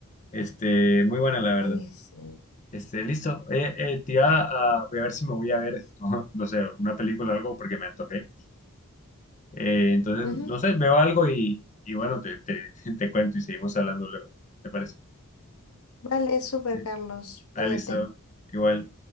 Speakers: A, on the left; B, on the left.
A: Este, muy buena, la verdad.
B: Oye, sí.
A: Este, listo. Eh, eh, te iba a- voy a ver si me voy a ver, <laughs> no, no sé, una película o algo porque me antojé. Eh, entonces,
B: Ujú.
A: no sé, veo algo y, y bueno, te, te, <laughs> te cuento y seguimos hablando luego. ¿Te parece?
B: Vale, súper,
A: <laughs>
B: Carlos.
A: Ah,
B: Cuídate.
A: listo. Igual.